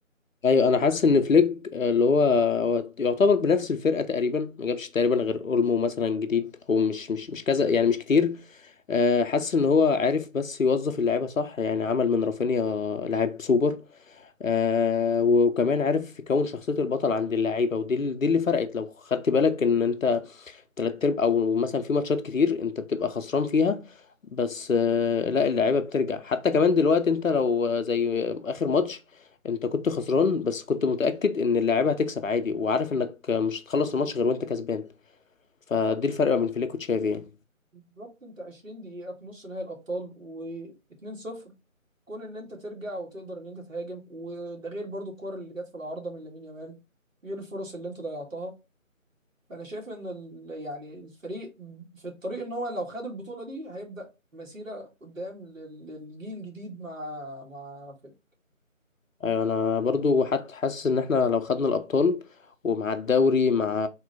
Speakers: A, on the left (about 70°); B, on the right (about 70°).
A: ايوه انا حاسس ان فليك آه، اللي هو هو يعتبر بنفس الفرقة تقريبا ما جابش تقريبا غير اولمو مثلا جديد او مش مش مش كذا يعني مش كتير آه، حاسس ان هو عارف بس يوظف اللعيبه صح يعني عمل من رافينيا لاعب سوبر آه وكمان عارف يكون شخصية البطل عند اللعيبة ودي ال- دي اللي فرقت لو خدت بالك ان انت تلات ارباع او مثلا في ماتشات كتير انت بتبقى خسران فيها بس آه لا اللعيبة بترجع حتى كمان دلوقتي انت لو آه، زي اخر ماتش انت كنت خسران بس كنت متأكد ان اللعيبة هتكسب عادي وعارف انك مش هتخلص الماتش غير وانت كسبان فدي الفرق بين فليك وتشافي يعني
B: بالظبط انت 20 دقيقه في نص نهائي الابطال و2-0 كون ان انت ترجع وتقدر ان انت تهاجم وده غير برضو الكور اللي جت في العارضه من لامين يامال غير الفرص اللي انت ضيعتها فانا شايف ان ال... يعني الفريق في الطريق ان هو لو خد البطوله دي هيبدا مسيره قدام لل- للجيل الجديد مع مع فيلم
A: ايوه انا برضو حتى حاسس ان احنا لو خدنا الابطال ومع الدوري مع